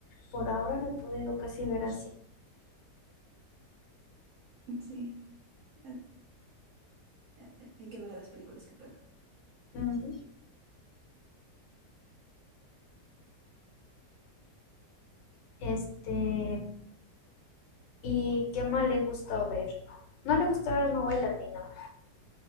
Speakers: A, on the left; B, on the right.
A: por ahora no he podido casi ver así.
B: Sí, eh, eh, hay que ver las películas que puedo.
A: Ujú. Este, ¿y qué más le gusta ver? No le gusta ver novelas ni nada,